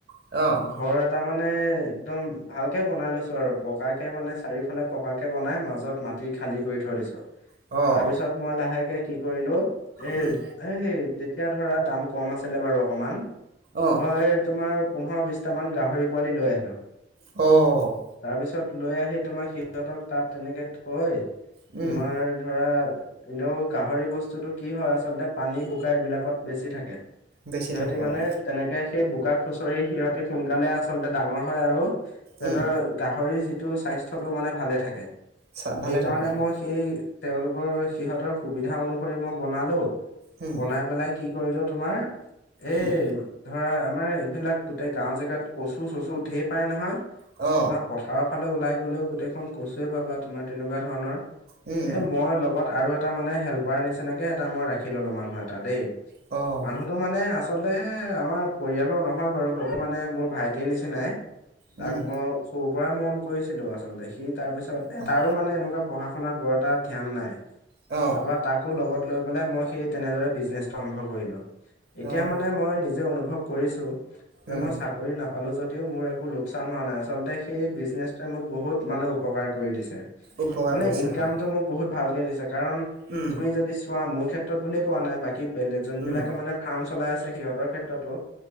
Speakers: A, on the right; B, on the left.
A: অ',
B: ঘৰ এটা মানে একদম ভালকে বনাই লৈছো। আৰু পকাকে মানে চাৰিওফালে পকাকে বনাই মাজত মাটি খালী কৰি থৈ দিছো।
A: অ',
B: তাৰপিছত মই লাহেকে কি কৰিলো এ
A: উম,
B: এ হেই তেতিয়া ধৰা দাম কম আছিলে বাৰু অকমান
A: অ',
B: মই তোমাৰ পোন্ধৰ বিশ টামান গাহৰি পোৱালি লৈ আহিলো।
A: অ
B: তাৰ পিছত লৈ আহি তোমাক সিহঁতক তাত তেনেকে থৈ
A: উম,
B: তোমাৰ ধৰা এনেও গাহৰি বস্তুটো কি হয় আচলতে পানী বোকা এইবিলাকত বেছি থাকে।
A: বেছি
B: সিহঁতি
A: থাকে
B: মানে
A: অ',
B: তেনেকে সেই বোকা খুচৰি সিহঁতি সোনকালে আচলতে ডাঙৰ হয় আৰু সিহঁতৰ
A: উম,
B: গাহৰি যিটো স্বাস্থ্যটো মানে ভালে থাকে
A: চা ভালে
B: সেই কাৰণে
A: থাকে অ',
B: মই সেই তেওঁলোকৰ সিহঁতৰ সুবিধা অনুসৰি মই বনালো,
A: উম,
B: বনাই পেলাই কি কৰিলো তোমাৰ
A: উম,
B: এই ধৰা আমাৰ এইবিলাক গোটেই গাঁও জেগাত কচু - চচু ঢেৰ পাই নহয়
A: অ।
B: তোমাৰ পথাৰৰ ফালে ওলাই গ'লেও গোটেইখন কচুৱে পাবা তোমাৰ তেনেকুৱা ধৰণৰ।
A: উম,
B: এ মই লগত আৰু এটা মানে হেল্পাৰ নিচিনাকে এটা মই ৰাখি ললো মানুহ এটা দেই।
A: অ',
B: মানুহ টো মানে আচলতে আমাৰ পৰিয়ালৰ নহয় বাৰু হল' মানে মোৰ ভাইটিৰে নিচিনাই তাক
A: উম,
B: মই সৰু পৰাই মৰম কৰিছিলো আচলতে, সি তাৰ পিছত এ
A: অ',
B: তাৰো মানে এনেকুৱা পঢ়া -শুনাত বৰ এটা ধ্যান নাই
A: অ',
B: তাৰপৰা তাকো লগত লৈ পেলাই মই সেই তেনেদৰে বিজনেছটো আৰম্ভ কৰিলো এতিয়া
A: অ',
B: মানে মই নিজে অনুভৱ কৰিছো যে
A: উম,
B: মই চা কৰি নাপালো যদিও মোৰ একো লোকচান হোৱা নাই আচলতে সেই বিজনেছটোৱে মোক বহুত মানে উ পকাৰ কৰি দিছে
A: উপকাৰ
B: মানে
A: কৰিছে
B: ইনকামটো
A: হয়।
B: মোক বহুত ভালকে দিছে কাৰণ
A: উম,
B: তুমি যদি চো ৱা মোৰ ক্ষেত্ৰত বুলিয়ে কোৱা নাই বাকী বেলে যোনবিলাকে
A: উম,
B: মানে ফাৰ্ম চলাই আছে সিহঁতৰ ক্ষেত্ৰতো